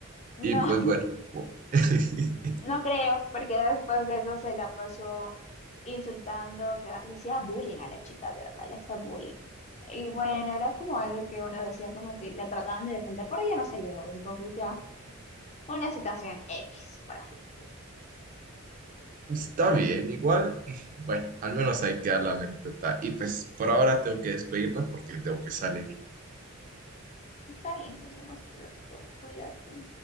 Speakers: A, on the left (about 30°); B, on the right (about 40°).
A: No,
B: Y pues
A: <laughs>
B: bueno. po- <laughs>
A: no creo, porque después de eso se la pasó insultando, o sea, le hacía bullying a la chica, de verdad, le hacía bullying. Y bueno, era como algo que uno decía como que la trataban de defender, pero ella no se ayudó, entonces ya una situación X, por así decirlo.
B: Está bien, igual, <laughs> bueno, al menos ahí queda la anécdota. Y pues por ahora tengo que despedirme porque tengo que salir.
A: Está bien, nos vemos pronto. Cuídate.